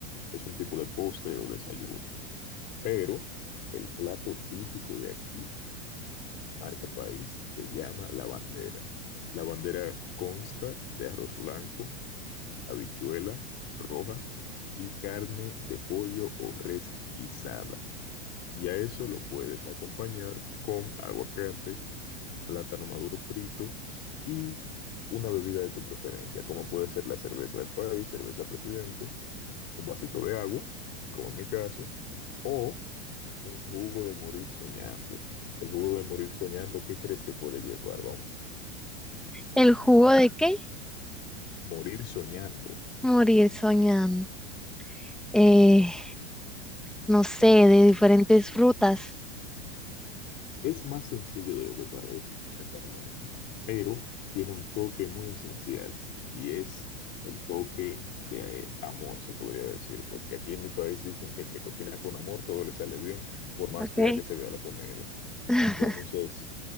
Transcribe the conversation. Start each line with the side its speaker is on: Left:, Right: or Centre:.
Left: Es un tipo de postre o desayuno. Pero el plato típico de aquí, marca país, se llama la bandera. La bandera consta de arroz blanco, habichuela roja y carne de pollo o res guisada. Y a eso lo puedes acompañar con aguacate, plátano maduro frito y una bebida de tu preferencia, como puede ser la cerveza del país, cerveza presidente, un vasito de agua, como en mi caso, o un jugo de morir soñando. El jugo de morir soñando, ¿qué crees que puede llevar? Vamos,
Centre: ¿el jugo de qué?
Left: morir soñando.
Centre: Morir soñando. Eh, no sé, de diferentes frutas.
Left: Es más sencillo de lo que parece, honestamente, pero tiene un toque muy esencial y es el toque de eh, amor, se podría decir, porque aquí en mi país dicen que el que cocina con amor todo le sale bien, por más
Centre: Okay.
Left: fea que se vea la comida.
Centre: <laughs>
Left: Entonces,